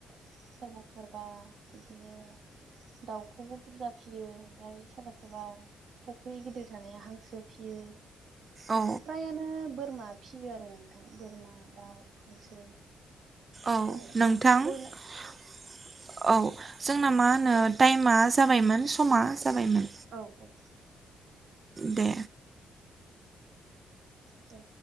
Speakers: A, on the right; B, on the right.
A: सोरबा सोरबा बिदिनो दाउखौबो बुरजा फिसियो ओमफ्राय सोरबा सोरबा फुख्रि गिदिर थानाया हांसो फियो ओमफ्राय
B: औ
A: फ्रायानो बोरमा फिसियो आरो थां बोरमा दाउ हांसो ओमफ्राय
B: औ नोंथां औ
A: बयलार
B: जों जोंना मा होनो टाइमा जाबायमोन समा जाबायमोन
A: औ औ
B: दे
A: दे